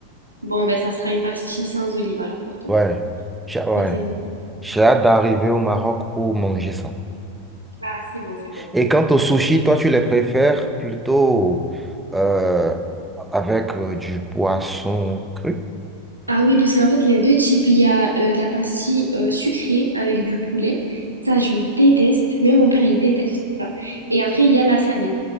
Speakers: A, on the right (about 80°); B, in the centre.
A: Bon, ben ça sera une pastille sans olive alors pour toi.
B: Ouais, j'ai ouais.
A: Ça, c'est bon.
B: J'ai hâte d'arriver au Maroc pour manger ça.
A: Ah, c'est bon, c'est bon.
B: Et quant aux sushis, toi, tu les préfères plutôt euh, avec euh, du poisson cru?
A: Ah oui, parce qu'en fait, il y a deux types. Il y a euh, de la pastille euh, sucrée avec du poulet. Ça, je déteste. Même mon père, il déteste ça. Et après, il y a la salée.